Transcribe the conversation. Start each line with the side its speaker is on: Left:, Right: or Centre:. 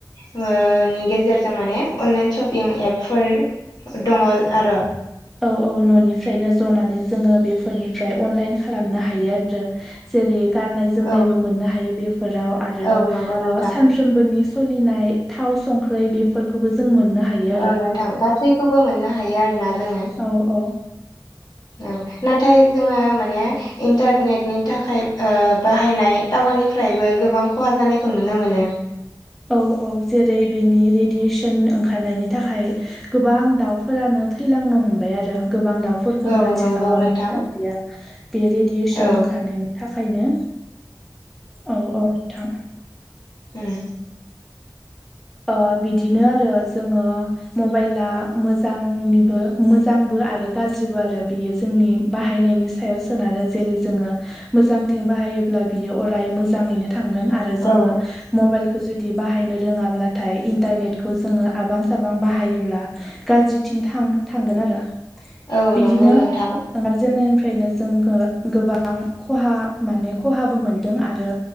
Left: ओ नि गेजेरजों माने अनलाइन शपिं एपफोर दङ आर'।
Centre: औ औ न'निफ्रायनो जनानै जोङो बेफोरनिफ्राय अनलाइन खालामनो हायो आरो। जेरै गान्नाय जोमनायबो
Left: औ
Centre: मोननो हायो बेफोराव आरो
Left: औ
Centre: ओ
Left: नंगौ
Centre: सान
Left: नोंथां
Centre: सानफ्रोमबोनि सलिनाय थाव संख्रै बेफोरखौबो जों मोननो हायो आरो
Left: ओं नोंथां गासैखौबो मोननो हायो आरो ना जोङो।
Centre: औ औ
Left: ओं नाथाय जोङो माने इन्टारनेटनि थाखाय ओ बाहायनाय टावारनिफ्रायबो गोबां खहा जानायखौ नुनो मोनो।
Centre: औ औ जेरै बेनि रेडियसन ओंखारनायनि थाखाय गोबां दाउफोरानो थैलांनो हमबाय आरो गोबां दाउफोरखौनो
Left: औ
Centre: आथिखालाव
Left: नंगौ नोंथां
Centre: नुनो थां लिया बे रेडियसन
Left: औ
Centre: ओंखारनायनि थाखायनो। औ औ। थां
Left: ओम
Centre: ओ बिदिनो आरो जोङो मबाइला मोजांनिबो मोजांबो आरो गाज्रिबो आरो बेयो जोंनि बाहायनायनि सायाव सोनारो जेरै जोङो मोजांथिं बाहायोब्ला बियो अराय मोजाङैनो थांगोन आरो जोङो
Left: औ
Centre: मबाइलखौ जुदि बाहायनो रोङाब्ला थाय इन्टारनेटखौ जोङो आबां साबां बाहायोब्ला गाज्रिथिं थां-थांगोन आरो।
Left: औ
Centre: बिदिनो
Left: नंगौ नोंथां
Centre: ओंखारजेननायनिफ्रायनो जोंङो गोबां खहा माने खहाबो मोनदों आरो